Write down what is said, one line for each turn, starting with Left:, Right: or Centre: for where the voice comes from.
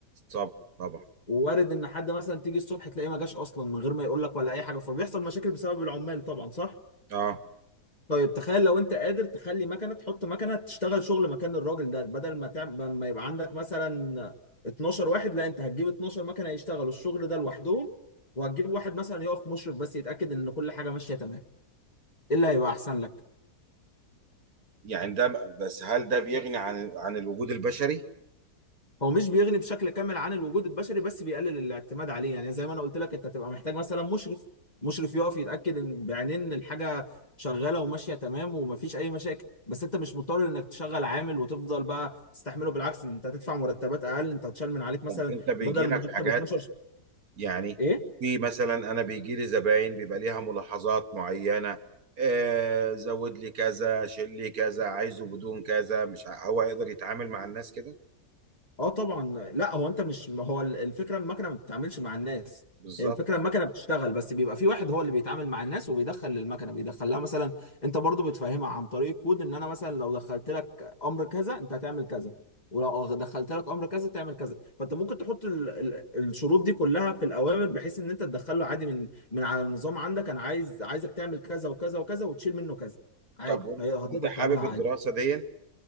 Right: طب طبعا
Left: ووارد ان حد مثلا تيجي الصبح تلاقيه ما جاش اصلا من غير ما يقول لك ولا اي حاجه فبيحصل مشاكل بسبب العمال طبعا صح
Right: اه
Left: طيب تخيل لو انت قادر تخلي مكنه تحط مكنه تشتغل شغل مكان الراجل ده بدل ما تعمل ما يبقى عندك مثلا 12 واحد لا انت هتجيب 12 مكنه يشتغلوا الشغل ده لوحدهم وهتجيب واحد مثلا يقف مشرف بس يتاكد ان كل حاجه ماشيه تمام ايه اللي هيبقى احسن لك
Right: يعني ده بس هل ده بيغني عن عن الوجود البشري
Left: هو مش بيغني بشكل كامل عن الوجود البشري بس بيقلل الاعتماد عليه يعني زي ما انا قلت لك انت هتبقى محتاج مثلا مشرف مشرف يقف يتاكد ان بعينين ان الحاجه شغاله وماشيه تمام ومفيش اي مشاكل بس انت مش مضطر انك تشغل عامل وتفضل بقى تستحمله بالعكس انت هتدفع مرتبات اقل انت هتشال من عليك مثلا
Right: طب انت بيجي
Left: بدل
Right: لك
Left: مرتب
Right: حاجات
Left: 12 ش-
Right: يعني
Left: ايه
Right: في مثلا انا بيجي لي زباين بيبقى ليها ملاحظات معينة آه زود لي كذا شيل لي كذا عايزه بدون كذا مش ع- هو يقدر يتعامل مع الناس كده
Left: اه طبعا لا هو انت مش ما هو الفكره المكنه ما بتتعاملش مع الناس
Right: بالظبط
Left: هي الفكره المكنه بتشتغل بس بيبقى في واحد هو اللي بيتعامل مع الناس وبيدخل للمكنه بيدخل لها مثلا انت برضو بتفهمها عن طريق كود ان انا مثلا لو دخلت لك امر كذا انت هتعمل كذا ولو دخلت لك امر كذا تعمل كذا فانت ممكن تحط ال... ال... الشروط دي كلها في الاوامر بحيث ان انت تدخله عادي من من على النظام عندك انا عايز عايزك تعمل كذا وكذا وكذا وتشيل منه كذا عادي
Right: طب وانت
Left: هي- هتقدر
Right: وإنت حابب
Left: تعملها
Right: الدراسة
Left: عادي
Right: دي